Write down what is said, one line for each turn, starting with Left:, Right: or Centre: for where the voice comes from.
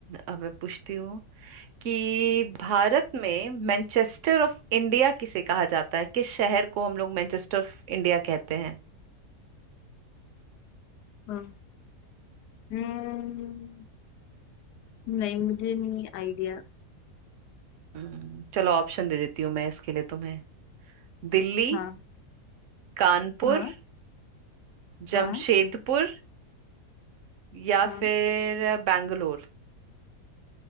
Right: अब मैं पूछती हूँ कि भारत में मैनचेस्टर ऑफ इंडिया किसे कहा जाता है किस शहर को हम लोग मैनचेस्टर ऑफ इंडिया कहते हैं
Left: हम्म, हम्म नहीं मुझे नहीं आइडिया
Right: हम्म, चलो ऑप्शन दे देती हूँ मैं इसके लिए तुम्हें दिल्ली
Left: हाँ
Right: कानपुर
Left: हाँ
Right: जमशेदपुर
Left: हाँ
Right: या
Left: हाँ
Right: फिर बैंगलोर